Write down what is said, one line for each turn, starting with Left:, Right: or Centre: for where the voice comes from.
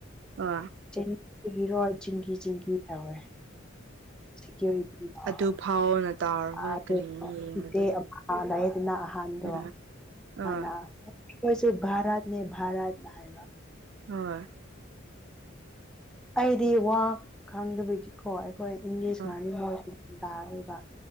Right: ꯑ
Centre: ꯆꯦꯡꯒꯤꯔꯣ ꯆꯤꯡꯒꯤ ꯆꯤꯡꯒꯤ ꯇꯧꯋꯦ ꯁꯦꯀ꯭ꯌꯨꯔꯤ <unintelligible>
Right: ꯑꯗꯨ ꯐꯥꯎꯅ ꯇꯥꯎꯔꯒ
Centre: ꯑꯥ <unintelligible>
Right: ꯀꯔꯤ ꯌꯦꯡꯕꯗꯣ
Centre: ꯏꯇꯦ ꯑꯥ ꯂꯩꯌꯦꯗꯅ ꯑꯍꯟꯗꯣ
Right: ꯑꯥ
Centre: ꯃꯅꯥ
Right: ꯑꯥ
Centre: ꯈꯣꯏꯁꯨ ꯚꯥꯔꯠꯅꯦ ꯚꯥꯔꯠꯅ ꯍꯥꯏꯕ
Right: ꯑꯥ
Centre: ꯑꯩꯗꯤ ꯋꯥ ꯈꯪꯗꯕꯒꯤꯀꯣ ꯑꯩꯈꯣꯏ ꯏꯪꯂꯤꯁ
Right: ꯍꯣꯏ
Centre: ꯉꯥꯡꯅꯤ ꯃꯣꯏꯁꯨ ꯇꯥꯔꯣꯏꯕ